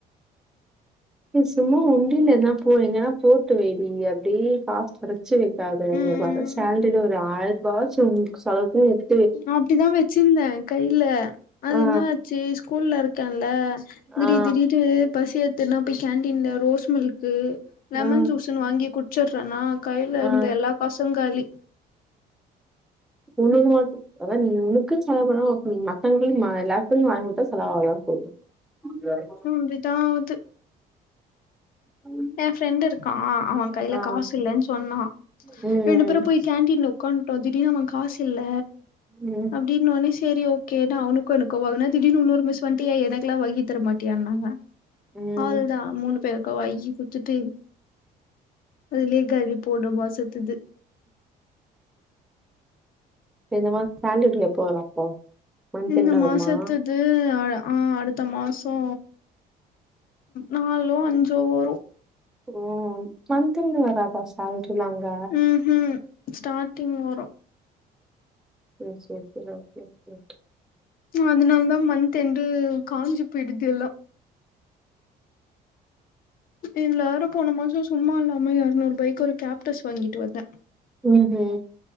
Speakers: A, in the centre; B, on the left (about 60°).
A: எ சும்மா உண்டியல் எதனா போடு எங்கன்னா போட்டு வைடி அப்டி காசு கெட ச்சு வைக்காத
B: ம்
A: இங்க வர சேலரில ஒரு ஆயிரூபாவாச்சு உன் செலவுக்கு எடுத்
B: அப்டிதா வெச்சிருந்தே கைல அது
A: ஆ,
B: என்ன ஆச்சு ஸ்கூல்ல இருக்கேன்ல திடீர்
A: ஆ,
B: திடீடு பசி எத்துன்னா போய் கேண்டீன்ல ரோஸ் மில்க்கு லெமன்
A: ஆ,
B: ஜூஸ்ன்னு வாங்கி குடிச்சறேன்னா கைல
A: ஆ
B: இருந்த எல்லா காசு காலி
A: உனக்கு மாட் அதா நீ உனக்குன் செலவு பண்ணா ஓகே நீ மத்தவங்களயு ம எல்லார்ட்டயு வாங்கி குடுத்தா செலவாகதா போது <unintelligible>
B: ம் றிதாவது
A: <unintelligible>
B: எ ஃப்ரெண்ட் இருக்கா அவ கைல
A: ஆ.
B: காசு இல்லன் சொன்னா
A: ம்,
B: ரெண்டு பேரும் போய் கேண்டீன்ல உக்காந்ட்டோ திடீர்னு அவ காசு இல்ல
A: ம்
B: அப்டின்னோனே செரி ஓகே நா அவனுக்கு எனக்கு வாங்குனா திடீர்னு உன்னொரு மிஸ்ஸு வந்ட்டு ஏ எனக்கெல்லா வங்கி தர மாட்டியான்னாங்க
A: ம்.
B: அவ்ளதா மூணு பேருக்கு வாங்கி குத்துட்டு அதுலே காலி போன மாசத்துது
A: இந்த மாரி சாலட்ல போற அப்போ மந்த்
B: இந்த
A: எண்ட் வருமா
B: மாசத்து து ம் ஆ அடுத்த மாசோ நாலோ அஞ்சோ வரு
A: ஓ மன்த்லி வராதா சேலரிலா அங்க
B: ம் ஹும் ஸ்டார்டிங் வரு
A: ஓ செரி செரி ஓகே ஓகே ஓகே
B: அதனாலதா மந்த்எண்டு காஞ்சி போயிடுது எல்லா இதுல வேற போன மாச சும்மா இல்லாம இரநூறுபாய்க்கு ஒரு கேப்டஸ் வாங்கிட்டு வந்த
A: ம் ஹூ